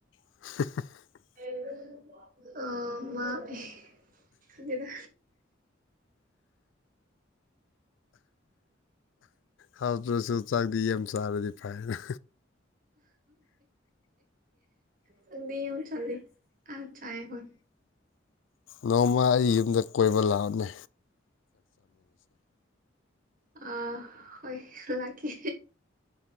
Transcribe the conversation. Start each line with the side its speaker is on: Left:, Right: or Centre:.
Left: <unintelligible>
Right: <unintelligible> ꯑꯥ ꯃꯥ <unintelligible> ꯈꯪꯗꯦꯗꯥ
Left: ꯍꯥꯞꯇ꯭ꯔꯁꯨ ꯆꯥꯛꯗꯤ ꯌꯥꯝ ꯆꯥꯔꯗꯤ ꯐꯔꯦꯅ
Right: ꯆꯪꯗꯤ ꯌꯤꯝ ꯆꯪꯂꯤ ꯑꯥ ꯆꯌꯦ ꯍꯣꯏ
Left: ꯅꯣꯡꯃ ꯑꯩ ꯌꯨꯝꯗ ꯀꯣꯏꯕꯥ ꯂꯥꯛꯑꯝꯃꯦ
Right: ꯑꯥ ꯍꯣꯏ ꯂꯥꯛꯒꯤ